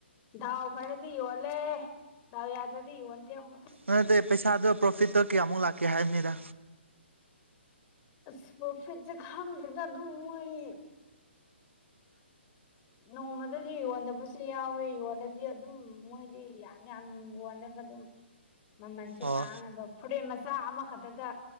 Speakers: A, on the left (about 30°); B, on the right (about 80°).
A: ꯗꯥꯎ ꯐ꯭ꯔꯗꯤ ꯌꯣꯜꯂꯦ ꯂꯦ ꯗꯥꯎ ꯌꯥꯗ꯭ꯔꯗꯤ ꯌꯣꯟꯗꯦ ꯑꯃꯐꯧ
B: ꯅꯠꯇꯦ ꯄꯩꯁꯥꯗꯣ ꯄ꯭ꯔꯣꯐꯤꯠꯇꯣ ꯀꯌꯥꯃꯨꯛ ꯂꯥꯛꯀꯦ ꯍꯥꯏꯕꯅꯤꯗ
A: ꯑꯁ ꯄ꯭ꯔꯣꯐꯤꯠꯁꯦ ꯈꯪꯗꯦꯗ ꯑꯗꯨꯝ ꯃꯣꯏ ꯅꯣꯡꯃꯗꯗꯤ ꯌꯣꯟꯗꯕꯁꯨ ꯌꯥꯎꯋꯦ ꯌꯣꯜꯂꯗꯤ ꯑꯗꯨꯝ ꯃꯣꯏꯗꯤ ꯌꯥꯝ ꯌꯥꯝ ꯌꯣꯜꯂꯦꯕ ꯑꯗꯨꯝ ꯃꯃꯜꯁꯦ
B: ꯑꯣ
A: ꯇꯥꯡꯉꯦꯕ ꯐꯨꯔꯤꯠ ꯃꯆꯥ ꯑꯃꯈꯛꯇꯗ